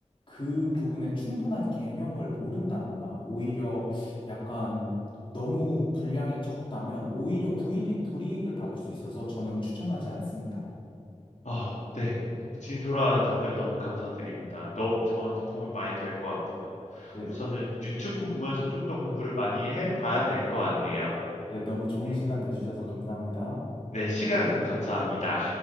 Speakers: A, on the left; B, on the left.
A: 그 부분에 충분한 개념을 모른다거나 오히려 약간 너무 분량이 적다면 오히려 불이, 불이익을 받을 수 있어서 저는 추천하지 않습니다.
B: 아, 네. 진솔한 답변 너무 감사드립니다. 너 저한테 도움이 많이 될 것 같아요.
A: 네,
B: 우선은 유튜브 보면서 좀 더 공부를 많이 해봐야 될 것 같네요.
A: 네, 너무 좋은
B: 네,
A: 시간 내주셔서 감사합니다.
B: 네, 시간 감사합니다.